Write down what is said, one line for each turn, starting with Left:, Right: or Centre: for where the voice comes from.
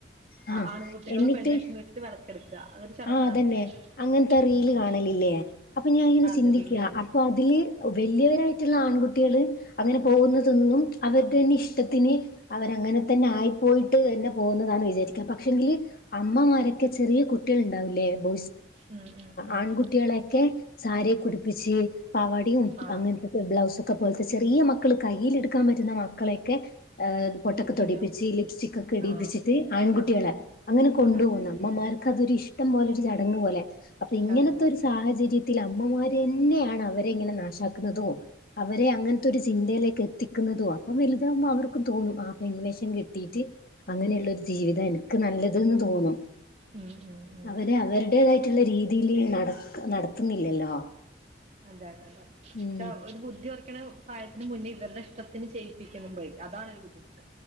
Left: ആ
Right: ആഹ് ആൺകുട്ടികള്
Left: എന്നിട്ട്
Right: പെൺവേഷം കെട്ടിട്ട് വിളക്കെടുക്കുക അതൊരു ചടങ്ങാണ്
Left: ആഹ് അതന്നെ
Right: ഇപ്പേ
Left: അങ്ങനത്തെ റീല്
Right: ഉം ഉം
Left: കാണലില്ലേ
Right: ഉം
Left: അപ്പൊ ഞാനങ്ങെ
Right: ആ, അതെ
Left: ചിന്തിക്ക
Right: റീൽ കാണും
Left: അപ്പ അതില് വലിയവരായിട്ടുള്ള ആൺകുട്ടികൾ അങ്ങനെ പോകുന്നതൊന്നും അവർക്ക് തന്നെ ഇഷ ടത്തിന് അവര അങ്ങനെ തന്നെ ആയിപ്പോയിട്ട് തന്നെ പോകുന്നതാണ് വിചാരിക്ക പക്ഷെങ്കില് അമ്മമാരൊക്കെ ചെറിയ കുട്ടികൾ ഉണ്ടാവൂലേ ബ
Right: ഉം, ഉം, ഉം.
Left: ആൺകുട്ടികളെൊക്കെ സാരിയ കുടിപ്പിച്ച് പാവാടിയും
Right: ആ
Left: അങ്ങനത്തെ ബ്ലൗസ് ഒക്കെ പോലത്തെ ചെറിയ മക്കള് കയ്യില എടുക്കാൻ പറ്റുന്ന മക്കളെയൊക്കെ ഏഹ്‌ പൊട്ടൊക്കെ
Right: ഒരുക്കിയിട്ട്
Left: തോടിപ്പിച്ച് ലിപ്സ്റ്റിക് ഒക്കെ ഇടിപ്പിച്ചിട്ട്
Right: ആ
Left: ആൺകുട്ടികളെ അങ്ങനെ കൊണ്ടുപോകുന്നു
Right: അതെ അതെ
Left: അമ്മമാർക്ക് അതൊരു ഇഷ്ടം പോലെ ഒരു ചടങ്ങ് പോലെ അപ്പൊ ഇങ്ങനത്തെ
Right: ചടങ്ങുണ്ട്
Left: ഒരു സാഹചര്യ ൽ അമ്മമാര് തന്നെയാണ് അവരെങ്ങനെ നാശാക്കുന്നതും അവരെ അങ്ങനത്തെ ഒരു ചിന്തയിലേക്ക് എത്തിക്കുന്നതും അപ്പം വലുതാവുമ്പ അവർ നമ്മക്കു തോന്നും ആ പെൺവേഷം കെട്ടിയിട്ട് അങ്ങനെയുള്ളൊരു ജീവിതം എനിക്ക് നല്ലത് തോന്നും.
Right: ഉം, ഉം, ഉം.
Left: അവര് അവരുടേതായിട്ടുള്ള രീതിയില് നട നടത്തുന്നില്ലല്ലോ-
Right: അതാണ് അതാണ് പക്ഷേ
Left: ഉം
Right: ഒരു ബുദ്ധി- പ്രായത്തിന് മുന്നേ ഇവരുടെ നഷ്ടത്തിന് ചെയ്യിപ്പിക്കുമ്പോ അതാണ് ഒരു ബുദ്ധിമുട്ട്.